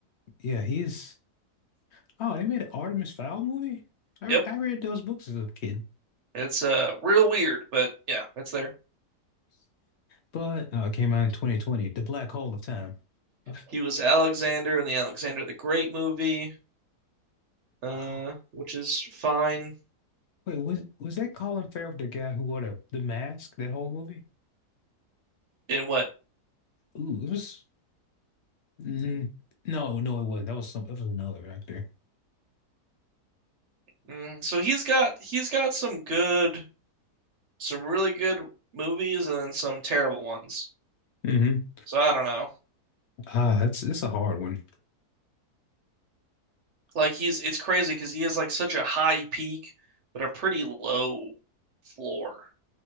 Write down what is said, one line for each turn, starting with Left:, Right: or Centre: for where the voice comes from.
Left: Yeah, he's oh, they made an Artemis Fowl movie? I re
Right: Yep.
Left: I read those books as a kid.
Right: It's uh real weird, but yeah, it's there.
Left: But uh, it came out in 2020, The Black Hole of Time. Uh,
Right: He was Alexander in the Alexander the Great movie, uh,
Left: ah,
Right: which is fine.
Left: wait, was was that Colin Farrell, the guy who wore the, the mask, that whole movie?
Right: In what?
Left: Ooh, it was. mm, no, no, it wasn't. That was some. That was another actor.
Right: Mm, so he's got he's got some good, some really good movies and then some terrible ones.
Left: hmm
Right: So I don't know.
Left: Ah, that's it's a hard one.
Right: Like he's it's crazy because he has like such a high peak, but a pretty low floor.